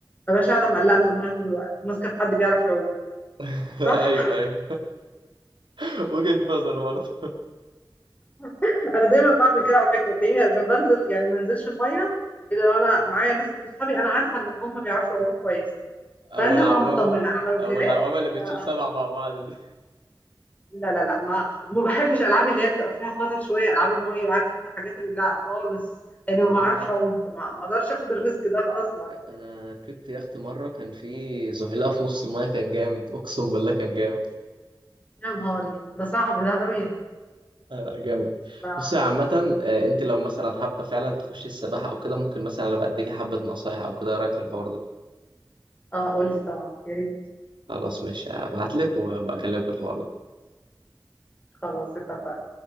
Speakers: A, on the left; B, on the right.
A: ما بقاش قاعدة مقلقة من المية طول الوقت وماسكة في حد بيعرف يعوم
B: <laughs>
A: صح
B: ايوه ايوه <laughs> وجهة نظر برضه
A: <laughs> أنا دايما بعمل كده على فكرة تلاقيني لما بنزل يعني ما انزلش المية إلا لو أنا معايا ناس من أصحابي أنا عارفة إن هم بيعرفوا يعوموا كويس
B: او
A: فأنزل
B: العوامة
A: وأنا مطمنة أنا لو
B: او
A: غرقت
B: العوامة اللي بتشيل
A: آه،
B: سبعة مع بعض دي
A: لا لا لا ما وما بحبش العاب اللي هي بتبقى فيها خطر شويه العاب الميه عارف انت حاجات اللي لا خالص لان ما
B: ياه
A: بعرفش اعوم فما- ما اقدرش اخد الريسك ده اصلا يعني.
B: انا ركبت يخت مرة كان في زحلقة في نص المايه كان جامد اقسم بالله كان جامد
A: يا نهاري ده صعب ده قوي
B: لا لا، جامد
A: لا
B: بس عامة آه، انت لو مثلا حابة فعلا تخشي السباحة او كده ممكن مثلا انا بديكي حبة نصايح او كده إيه رايك في الحوار ده
A: اه قول لي طبعا يا ريت
B: خلاص ماشي هبعتلك وابقى اكلمك في الحوار ده
A: خلاص اتفقنا